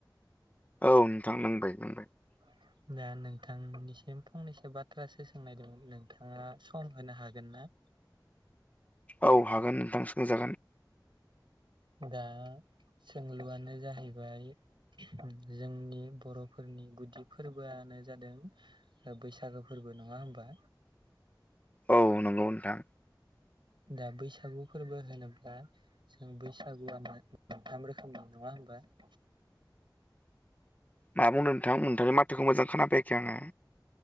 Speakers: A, on the left; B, on the right.
A: औ नोंथां लोंबाय लोंबाय।
B: <inaudible> दा नोंथांनिसिम फंनैसो बाथ्रासो सोंनायदोंमोन नोंथाङा सम होनो हागोन ना?
A: औ हागोन नोंथां सोंजागोन।
B: दा सोंलुआनो जाहैबाय। जोंनि बरफोरनि गुदि फोरबोआनो जादों बैसागो फोरबो नङा होमबा?
A: औ नंगौ नोंथां।
B: दा बैसागु फोरबो होनोब्ला जों बैसागुआ मा मोनथाम रोखोमनि नङा होमबा <inaudible>
A: मा बुंदों नोंथां? नोंथांनि माथोखौ मोजां खोनाफैयाखै आङो।